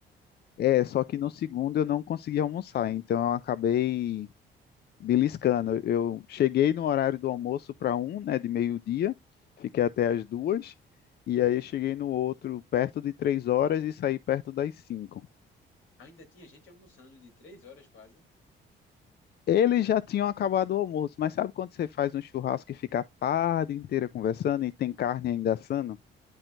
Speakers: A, on the left; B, on the left.
A: É, só que no segundo eu não consegui almoçar, então eu acabei beliscando. Eu cheguei no horário do almoço para um, né, de meio-dia, fiquei até as duas, e aí eu cheguei no outro perto de três horas e saí perto das cinco.
B: Ainda tinha gente almoçando de três horas quase.
A: Eles já tinham acabado o almoço, mas sabe quando você faz um churrasco e fica a tarde inteira conversando e tem carne ainda assando?